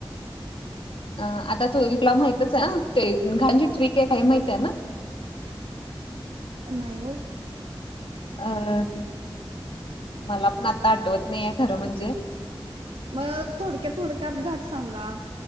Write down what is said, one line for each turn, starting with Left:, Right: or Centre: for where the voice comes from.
Left: अ आता तुला माहितचय अ ते गांजी ट्रिक एकय माहितीय ना?
Right: नायी ओ
Left: अ, मला पण आता आठवत नाहीये, खरं म्हणजे
Right: मग थोडक्यात थोडक्यात घाट सांगा